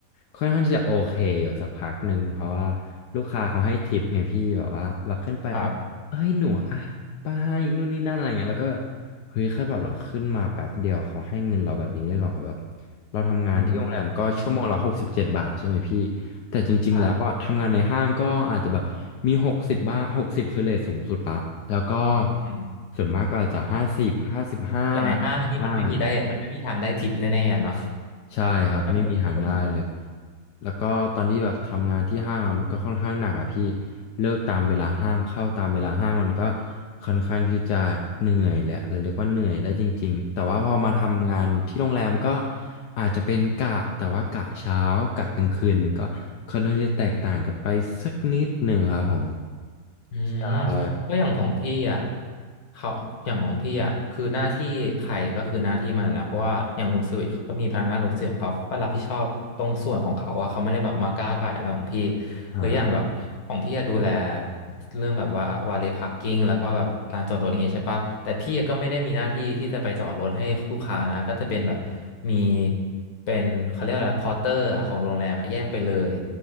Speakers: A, on the left (about 85°); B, on the left (about 65°).
A: ค่อนข้างที่จะโอเคอยู่สักพักหนึ่งเพราะว่าลูกค้าเขาให้ทิปไงพี่แบบว่าเราขึ้นไปเขาเอ้ยหนูอ่ะป้าให้นู่นนี่นั่นอะไรเงี้ยแล้วก็แบบเฮ้ยแค่แบบเราขึ้นมาแป๊บเดียวเขาให้เงินเราแบบนี้ได้หรอแบบ
B: ครับ
A: เราทำงานที่โรงแรมก็ชั่วโมงละหกสิบเจ็ดบาทใช่ไหมพี่
B: อืมอืม
A: แต่จริงๆแล้วอ่ะทำงานในห้างก็อาจจะแบบมีหกสิบบ้างหกสิบคือเรทสูงสุดละแล้วก็
B: ครับอืม
A: ส่วนมากก็อาจจะห้าสิบห้าสิบห้า
B: แต่ในห้างนี่มันไม่มีได้มันไม่มีทางได้ทิปแน่ๆอะเนาะ
A: ห้าอะไรเงี้ย ใช่ครับไม่มีทางได้เลย
B: ถ้าเปรียบเทียบกับโรงแรม
A: แล้วก็ตอนที่แบบทำงานที่ห้างอะมันก็ค่อนข้างหนักอ่ะพี่เลิกตามเวลาห้างเข้าตามเวลาห้างมันก็ค่อนข้างที่จะเหนื่อยแหละเราเรียกว่าเหนื่อยได้จริงๆแต่ว่าพอมาทำงานที่โรงแรมก็อาจจะเป็นกะแต่ว่ากะเช้ากะกลางคืนมันก็ค่อนข้างที่จะแตกต่างกันไปสักนิดหนึ่งครับผม
B: อืม
A: ใช่
B: เพราะอย่างของพี่อ่ะเขาอย่างของพี่อ่ะคือหน้าที่ใครก็คือหน้าที่มันแล้วเพราะว่าอย่างรูมเซอร์วิสเขาก็มีพนักงานรูมเซอร์วิสของเขาเขาก็รับผิดชอบตรงส่วนของเขาอ่ะเขาไม่ได้แบบมาก้าวไก่อะไรของพี่
A: อ่า
B: หรืออย่างแบบของพี่อะดูแลเรื่องแบบว่าวาเลพาร์กิ้งแล้วก็แบบลานจอดรถอย่างเงี้ยใช่ปะแต่พี่ก็ไม่ได้มีหน้าที่ที่จะไปจอดรถให้ลูกค้านะก็จะเป็นแบบมีเป็นเขาเรียกอะไรพอร์เตอร์ของโรงแรมอะแยกไปเลย